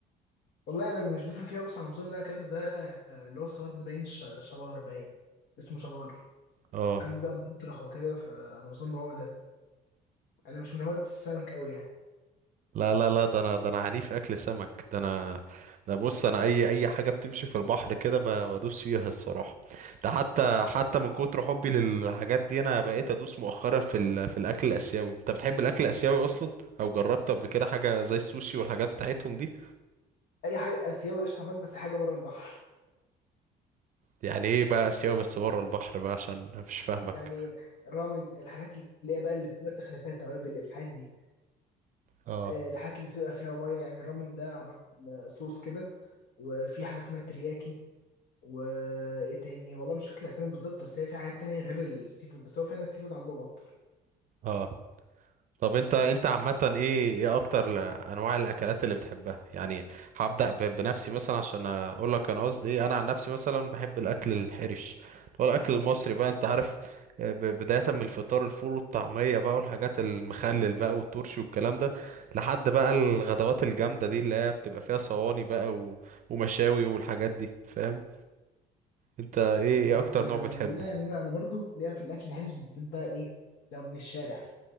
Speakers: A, on the left; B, on the right.
A: والله انا مش بفهم فيها بس على النظام اللي انا اكلته ده آه، اللي هو الصغير ده باين ش- شبار باين اسمه شبار
B: اه
A: كان بيبقى مطرخ وكده فانا اظن هو ده انا مش من هواة السمك قوي يعني
B: لا لا لا ده انا ده انا عنيف اكل سمك ده انا ده بص انا اي اي حاجه بتمشي في البحر كده ب- بدوس فيها الصراحه ده حتى حتى من كتر حبي للحاجات دي انا بقيت ادوس مؤخرا في ال... في الاكل الاسيوي انت بتحب الاكل الاسيوي اصلا او جربت قبل كده حاجه زي السوشي والحاجات بتاعتهم دي
A: اي حاجه اسيوي قشطه معاك بس حاجه بره البحر
B: يعني ايه بقى سيوة بس بره البحر بقى عشان أنا مش فاهمك
A: يعني رامن الحاجات اللي هي بقى اللي بتبقى تخليفات توابل الحاجات دي
B: اه
A: آه، الحاجات اللي بتبقى فيها ميه يعني الرامن ده عبارة عن صوص كده وفي حاجة اسمها ترياكي وايه تاني والله مش فاكر الاسامي بالظبط بس هي في حاجات تانية غير السي فود بس هو فعلا السي فود عندهم اكتر
B: اه طب انت انت عامة ايه ايه اكتر ل- انواع الاكلات اللي بتحبها يعني هبدأ ب- بنفسي مثلا عشان اقول لك انا قصدي ايه انا عن نفسي مثلا بحب الاكل الحرش هو الاكل المصري بقى انت عارف آه، ب- بداية من الفطار الفول والطعمية بقى والحاجات المخلل بقى والترشي والكلام ده لحد بقى الغدوات الجامدة دي اللي هي بتبقى فيها صواني بقى و- ومشاوي والحاجات دي فاهم انت ايه ايه
A: آه
B: اكتر نوع بتحبه
A: والله يعني انا انا برضو ليا في الاكل الهلس بالذات بقى ايه لو من الشارع